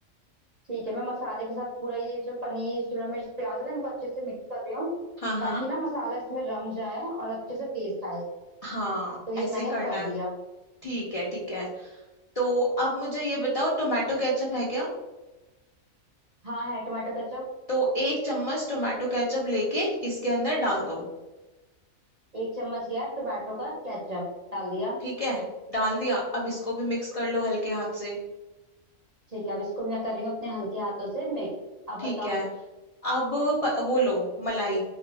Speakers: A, on the right (about 40°); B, on the left (about 50°).
A: ठीक है मैं मसाले के साथ पूरा ये जो पनीर शिमला मिर्च प्याज है ना इनको अच्छे से मिक्स कर रही हूँ
B: हाँ हाँ
A: ताकि ना मसाला इसमें रम जाए और अच्छे से टेस्ट आए
B: हाँ
A: तो ये
B: ऐसे
A: मैंने
B: करना
A: कर दिया
B: है ठीक है ठीक है तो अब मुझे ये बताओ टोमेटो केचप है क्या
A: हाँ है टोमेटो केचप
B: तो एक चम्मच टोमेटो केचप लेके इसके अंदर डाल दो
A: एक चम्मच गया टोमेटो का केचप डाल दिया
B: ठीक है डाल दिया अब इसको भी मिक्स कर लो हल्के हाथ से
A: ठीक है अब इसको भी मैं कर रही हूँ अपने हल्के हाथों से मिक्स अब
B: ठीक
A: बताओ
B: है अब प, वो लो मलाई